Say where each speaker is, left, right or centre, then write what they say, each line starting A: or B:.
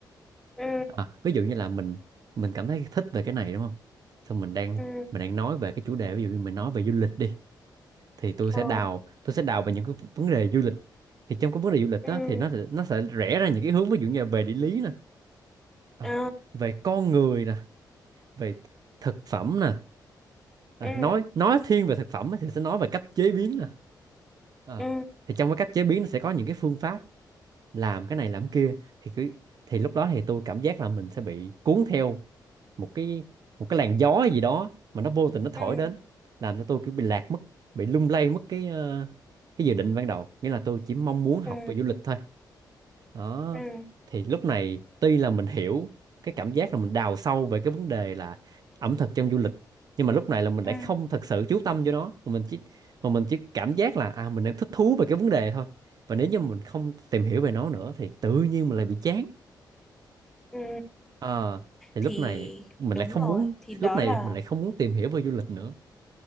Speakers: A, in the centre; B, on the right.
A: ừ
B: à, ví dụ như là mình mình cảm thấy thích về cái này đúng không xong mình đang
A: ừ
B: mình đang nói về cái chủ đề ví dụ như mình nói về du lịch đi thì tôi
A: ờ
B: sẽ đào tôi sẽ đào về những cái vấn đề du lịch thì trong cái vấn đề du lịch
A: ừ
B: đó thì nó sẽ- nó sẽ rẽ ra những cái hướng ví dụ như là về địa lý nè à,
A: ờ
B: về con người nè về thực phẩm nè à,
A: ừ
B: nói nói thiên về thực phẩm á, thì sẽ nói về cách chế biến nè Ờ.
A: ừ
B: thì trong cái cách chế biến nó sẽ có những cái phương pháp làm cái này làm cái kia thì cứ thì lúc đó thì tôi cảm giác là mình sẽ bị cuốn theo một cái một cái làn gió gì đó mà nó vô tình nó thổi
A: ừ
B: đến làm cho tôi kiểu bị lạc mất bị lung lay mất cái ờ, cái dự định ban đầu nghĩa là tôi chỉ mong muốn học
A: ừ
B: về du lịch thôi đó
A: ừ
B: thì lúc này tuy là mình hiểu cái cảm giác là mình đào sâu về cái vấn đề là ẩm thực trong du lịch nhưng mà lúc này là mình
A: ừ
B: lại không thật sự chú tâm vô nó mà mình chỉ mà mình chỉ cảm giác là à mình đang thích thú về cái vấn đề thôi và nếu như mình không tìm hiểu về nó nữa thì tự nhiên mình lại bị chán
A: ừ
B: Ờ, thì lúc
A: thì
B: này mình
A: đúng
B: lại không
A: rồi
B: muốn
A: thì đó
B: lúc này
A: là
B: mình lại không muốn tìm hiểu về du lịch nữa